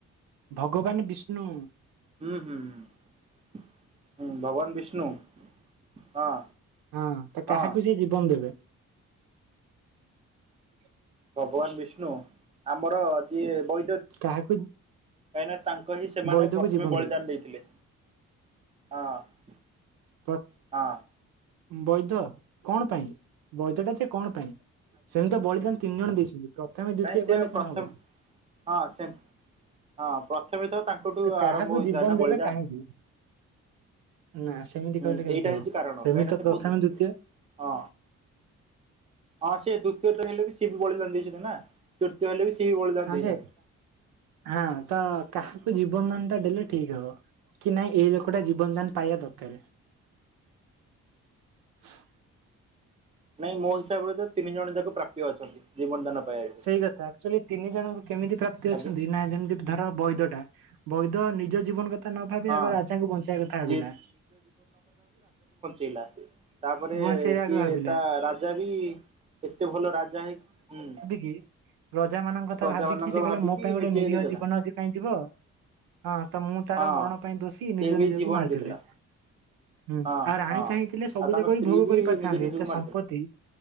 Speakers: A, on the right; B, on the right.
A: ଭଗବାନ ବିଷ୍ଣୁ।
B: ହୁଁ ହୁଁ ହ ହଁ ଭଗବାନ ବିଷ୍ଣୁ ହଁ।
A: ହଁ ତ
B: ହଁ
A: କାହାକୁ ସିଏ ଜୀବନ ଦେବେ? <inaudible>
B: ଭଗବାନ ବିଷ୍ଣୁ ଆମର ଯିଏ ବୈ
A: କାହାକୁ?
B: କାହିଁକିନା ତାଙ୍କ ହିଁ ସେମାନେ
A: ବୈଦକୁ
B: ପ୍ରଥମେ
A: ଜୀବନ
B: ବଳିଦାନ
A: ଦେବେ
B: ଦେଇଥିଲେ ହଁ।
A: ତ
B: ହଁ
A: ବୈଧ? କଣ ପାଇଁ ବୈଧ ଟା ସେ କଣ ପାଇଁ ସେମିତି ବଳିଦାନ ତିନି ଜଣ ଦେଇଛନ୍ତି। ପ୍ରଥମେ ଦ୍ଵିତୀୟ
B: କାଇଁ ସେ
A: କହିଲେ କଣ
B: ପ୍ରଥମେ
A: ହବ?
B: ହଁ ସେ ହଁ ପ୍ରଥମେ ତ ତାଙ୍କଠୁ
A: କାହାକୁ
B: ଆରମ୍ଭ ହେଇଥିଲା
A: ଜୀବନ
B: ନା
A: ଦେବେ
B: ବଳିଦାନ।
A: କାହିଁକି ନା ସେମିତି
B: ହୁଁ
A: କହିଲେ କେମିତି
B: ଏଇଟା
A: ହବ?
B: ହେଉଛି କାରଣ
A: ସେମିତି
B: କାହିଁକି
A: ତ
B: ସେ
A: ପ୍ରଥମେ
B: ବହୁତ
A: ଦ୍ଵିତୀୟ
B: ହଁ। ହଁ ସେ ଦ୍ଵିତୀୟରେ ହେଲେ ବି ସ ବଳି ଲଣ୍ଡେଇଛନ୍ତି ନା ତୃତୀୟ ହେଲେ ବି ସିଏ ବି ବଳିଦାନ
A: ହଁ
B: ଦେଇଛନ୍ତି।
A: ଯେ ହଁ ତ
B: ହୁଁ,
A: କାହାକୁ ଜୀବନ ଦାନ ଟା ଦେଡଲେ ଠିକ ହବ। କି ନାହିଁ ଏଇ ଲୋକଟା ଜୀବନ ଦାନ ପାଇବା ଦରକାର। ହଁ।
B: ନାଇଁ ମୋ ହିସାବରେ ତ ତିନି ଜଣ ଯାକ ପ୍ରାପ୍ୟ ଅଛନ୍ତି ଜୀବନ ଦାନ ପାଇବାକୁ
A: ସେଇ କଥା ଆକ୍ଚୁଆଲି ତିନି ଜଣଙ୍କୁ କେମିତି ପ୍ରାପ୍ତି ଅଛନ୍ତି
B: ଆଜ୍ଞା
A: ନା ଯେମିତି ଧର ବୈଦଟା ବୈଧ ନିଜ ଜୀବନ କଥା ନ ଭାବି
B: ହଁ
A: ଆଗ ରାଜାଙ୍କୁ ବଞ୍ଚେଇବା କଥା ଭାବିଲା।
B: ଯିଏ ଥିଲା। ତାପରେ
A: ବଞ୍ଚେଇବାକୁ
B: ସିଏ
A: ଭାବିଲା
B: ତା ରାଜା ବି ଏତେ ଭଲ ରାଜା ହେଇ ହୁଁ।
A: ହିଁ ରାଜା ମାନଙ୍କ କଥା
B: ପ୍ରଜା
A: ଭାବିକି
B: ମାନଙ୍କ
A: ସେ କହିଲା
B: ଭାବିକି
A: ମୋ ପାଇଁ ଗୋଟେ
B: ନିଜେ
A: ନିରୀହ
B: ଦେଇଦେଲା
A: ଜୀବନ ଆଜି କାଇଁ ଯିବ। ହଁ ତ ମୁଁ ତାର
B: ହଁ।
A: ମରଣ ପାଇଁ ଦୋଷୀ
B: ସେ
A: ନିଜ
B: ବି
A: ନିଜକୁ
B: ଜୀବନ
A: ମାରିଦେଲେ।
B: ଦେଇଦେଲା
A: ହୁଁ
B: ହଁ
A: ଆଉ ରାଣୀ
B: ହଁ।
A: ଚାହିଁଥିଲେ ସବୁ
B: ଆଉ ତାଙ୍କ
A: ଯାକ
B: ସ୍ତ୍ରୀ
A: ବି ଭୋଗ କରି ପାରିଥାନ୍ତେ
B: ନିଜେ ନିଜକୁ
A: ଏତେ
B: ମାରିଦେଲେ
A: ସମ୍ପତ୍ତି।